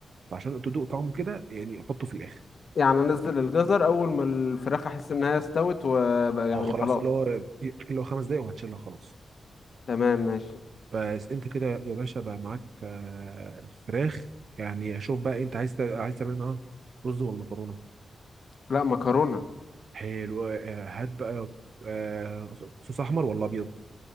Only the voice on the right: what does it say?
فعشان تدوق طعمه كده يعني حطه في الاخر
اه خلاص
اللي هو اللي هو خمس دقايق وهتشيلها خلاص
بس انت كده يا باشا بقى معاك آه، فراخ يعني شوف بقى انت عايز تع- عايز تعمل معاها رز ولا مكرونه
حلو آه، آه، هات بقى آه، صوص احمر ولا ابيض